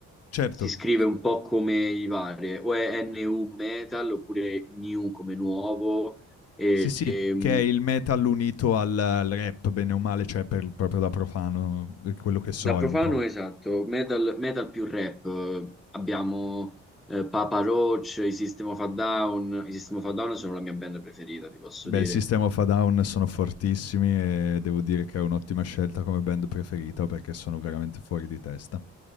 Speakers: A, on the left; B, in the centre.
A: certo.
B: si scrive
A: C
B: un po' come i vari, o è NU metal oppure new come nuovo. E,
A: sì, sì,
B: e, mm,
A: che è il metal unito al al rap bene o male, cioè per proprio da profano, per quello che so
B: da profano,
A: è un po'.
B: esatto, metal, metal più rap. eh, Abbiamo eh, Papa Roach, i System of a Down. I System of a Down sono la mia band preferita, ti posso
A: Beh,
B: dire.
A: i System of a Down sono fortissimi e devo dire che è un'ottima scelta come band preferita perché sono veramente fuori di testa.